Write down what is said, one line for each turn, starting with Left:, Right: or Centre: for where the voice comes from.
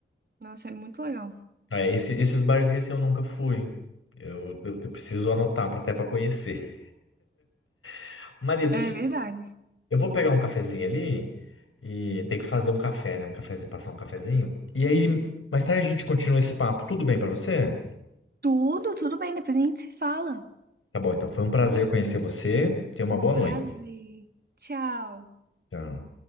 Right: Nossa, é muito legal.
Left: Ah, esse- esses barzinhos assim eu nunca fui. Eu, eu, eu preciso anotar pra, até pra conhecer. <laughs> Maria, deixa.
Right: É verdade.
Left: Eu vou pegar um cafezinho ali e tem que fazer um café, né? Um cafezinho, passar um cafezinho. E aí, mais tarde a gente continua esse papo. Tudo bem pra você?
Right: Tudo, tudo bem. Depois a gente se fala.
Left: Tá bom, então foi um prazer conhecer você. Tenha uma boa noite.
Right: Prazer. Tchau.
Left: Tchau.